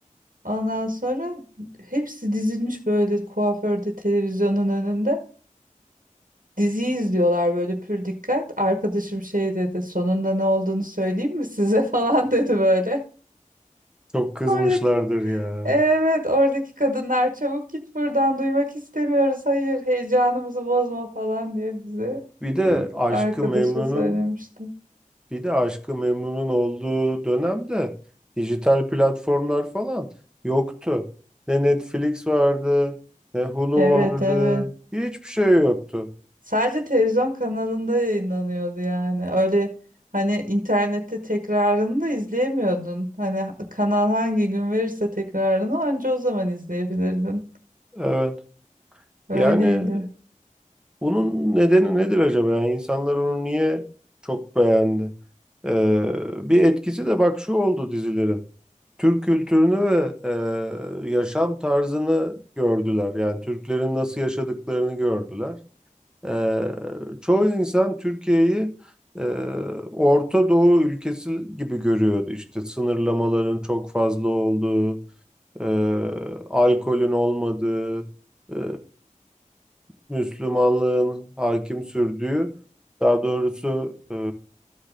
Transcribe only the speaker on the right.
Ondan sonra hepsi dizilmiş böyle kuaförde, televizyonun önünde. Dizi izliyorlar böyle pür dikkat. Arkadaşım şey dedi sonunda ne olduğunu söyleyeyim mi size <laughs> falan dedi böyle.
Oradaki
evet oradaki kadınlar çabuk git buradan duymak istemiyoruz. Hayır heyecanımızı bozma falan diye bize
e,
arkadaşa
söylemişti.
Evet
evet.
Sadece televizyon kanalında yayınlanıyordu yani. Öyle hani internette tekrarını da izleyemiyordun. Hani kanal hangi gün verirse tekrarını anca o zaman izleyebilirdin.
Öyleydi.